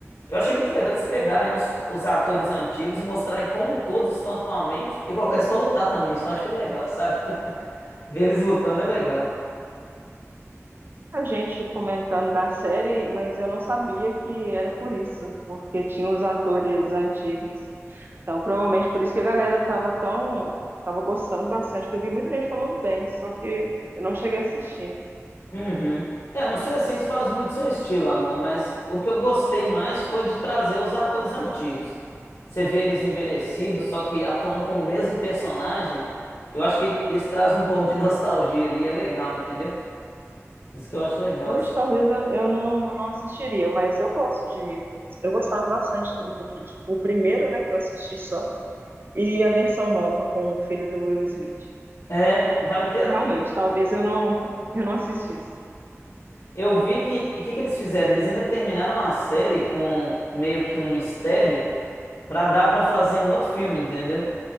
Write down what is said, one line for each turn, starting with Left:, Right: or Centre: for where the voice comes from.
Left: Eu achei muito legal eles pegarem os, os atores antigos e mostrarem como todos estão atualmente e colocar eles pra lutar também. Isso eu achei legal, sabe? <laughs> Ver eles lutando é legal.
Right: A gente comentando da série, mas eu não sabia que era por isso, porque tinha os atores antigos. Então, provavelmente por isso que a galera tava tão, tava gostando bastante, que eu vi muita gente falando bem, só que eu não cheguei a assistir.
Left: Uhum. É, não sei assim se faz muito seu estilo, amor, mas o que eu gostei mais foi de trazer os atores antigos. Você vê eles envelhecidos, só que atuando como o mesmo personagem, eu acho que isso traz um pouco de <laughs> nostalgia ali, é legal, entendeu? Isso que eu acho legal.
Right: Hoje
Left: assim.
Right: talvez eu, eu não, não assistiria, mas eu gosto de. Eu gostava bastante do Wicked. O primeiro, né, que eu assisti só, e a versão nova com o filho do Will Smith.
Left: É, vai ter.
Right: É,
Left: até-
Right: Realmente, talvez eu não, eu não assistisse.
Left: Eu vi que o que que eles fizeram? Eles ainda terminaram a série com meio que um mistério pra dar pra fazer um outro filme, entendeu?